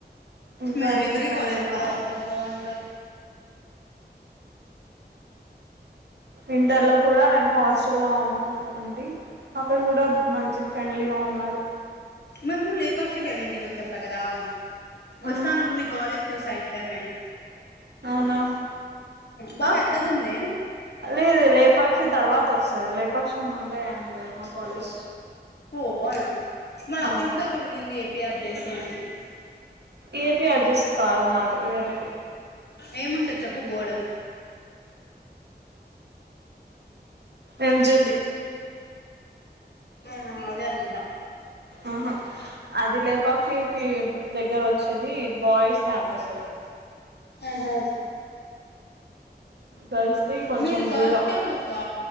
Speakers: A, on the right; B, on the left.
A: ఇంకా
B: మాది
A: ఎక్కువ
B: డిగ్రీ
A: ఫ్రెండ్లీగా
B: కాలేజ్ కదా
A: ఉంది
B: బా బాగుంటారు
A: ఇంటర్ లో కూడా నేను హాస్టల్ లో ఉంటి అక్కడ కూడా మంచి ఫ్రెండ్లీగా ఉన్నారు
B: మేము లేపాక్షికి వెళ్ళింటిమి అని చెప్పా కదా వస్తాన్నప్పుడు
A: మ్మ్
B: మీ కాలేజ్ చూసా ఇంటర్ నేను
A: అవునా
B: బా
A: ఆ
B: పెద్దగుందే
A: లేదు లేపాక్షి తర్వాత వస్తది లేపాక్షి ముందే లేదు మా కాలేజ్
B: ఓ అవునా మళ్ళ
A: అవును
B: అక్కడ కూడా ఒకటి ఉన్నింది ఏపీఆర్ జేసీ పాంటీ
A: ఏపిఆర్జేసి కాదు మాది వేరేది
B: ఏముంటది చెప్పు బోర్డు
A: ఏమ్ జే
B: అవునా అదే అనుకుంటా
A: ఆహా అది లేపాక్షికి దగ్గర వచ్చ వచ్చేది బాయ్స్ క్యాంపస్ అది
B: అహా
A: గర్ల్స్ కి కొంచెం
B: మీది గర్ల్స్
A: దూరం
B: క్యాంపసా